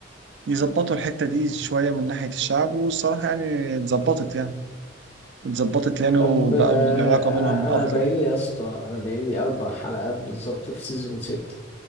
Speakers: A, on the right; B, on the left.
A: يظبطوا الحتة دي شوية من ناحية الشعب والصراحة يعني اتظبطت يعني اتظبطت يعني
B: طب
A: وبقوا
B: آه،
A: العلاقة بينهم
B: انا
A: أفضل
B: باقي لي يا اسطى انا باقي لي اربع حلقات بالظبط في سيزون ستة